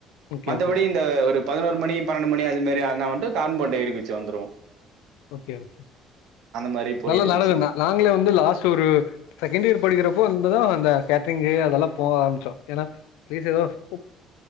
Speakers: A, on the left; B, on the right.
A: ஓகே
B: மற்றபடி
A: ஓகே
B: இந்த ஒரு பதினோரு மணி பன்னெண்டு மணி அது மாரி அண்ணா வந்து கார்ன்போடு ஏறி குதிச்சு வந்துருவோம்
A: ஓகே ஓகே
B: மாரி போயிட்டு
A: நல்ல
B: இருந்துச்சு
A: <unintelligible> நாங்களு வந் லாஸ்ட் ஒரு செகண்ட் இயர் படிக்கிறப்போ வந்துதா அந்த கேட்டரிங்கு அதெல்லா போக ஆரம்பிச்சோம் ஏன்னா பீஸ் ஏதோ கூ